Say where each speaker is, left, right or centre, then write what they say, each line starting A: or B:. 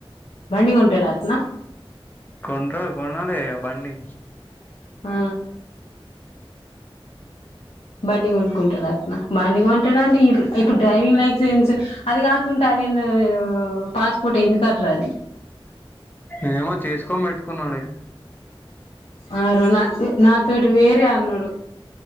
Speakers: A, on the left (about 85°); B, on the left (about 20°).
A: బండి కొంటాడట్నా
B: కొంటాడు. కొన్నాల బండి.
A: ఆ బండి కొనుక్కుంటుందటనా బండి కొనుక్కుంటే ఇప్పు ఇప్పుడు డ్రైవింగ్ లైసెన్స్ అది కాకుండా నిన్న ఫాస్ట్ ఫుడ్ ఎందుకా అంటాంది..
B: ఏమో చేసుకోని పెట్టుకున్నాడు.
A: ఆ రోజు నా నాతోటి వేరే అన్నాడు.